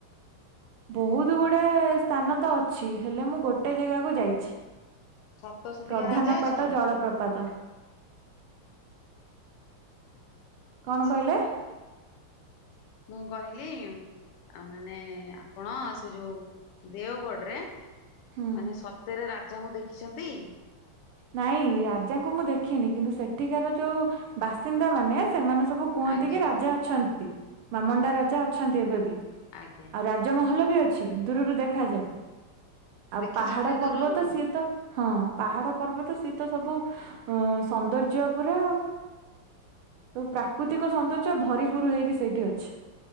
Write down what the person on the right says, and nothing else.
ବହୁତ ଗୁଡା ସ୍ଥାନ ତ ଅଛି, ହେଲେ ମୁଁ ଗୋଟେ ଜାଗାକୁ ଯାଇଛି।
ପ୍ରଧାନ
ପାଟ ଜଳପ୍ରପାତ।
କଣ କହିଲେ?
ହୁଁ
ନାଇଁ ରାଜାଙ୍କୁ ମୁଁ ଦେଖିନି। କିନ୍ତୁ ସେଠିକାର, ଯୋଉ ବାସିନ୍ଦା ମାନେ ସେମାନେ ସବୁ କୁହନ୍ତି,
କି ରାଜା ଅଛନ୍ତି। ଵାମଣ୍ଡା ରାଜା ଅଛନ୍ତି, ଏବେ ବି।
ଆଉ ରାଜମହଲ ବି ଅଛି। ଦୂରରୁ, ଦେଖାଯାଏ। ଆଉ'
ପାହାଡ
ପର୍ବତ ସିଏତ, ହଁ ପାହାଡ ପର୍ବତ ସିଏ ତ, ସବୁ ସୌନ୍ଦର୍ଯ୍ୟ ପୁରା ଆଉ। ତ, ପ୍ରାକୃତିକ ସୌନ୍ଦର୍ଯ୍ୟ, ଭରିପୁର ହେଇକି ସେଇଠି ଅଛି।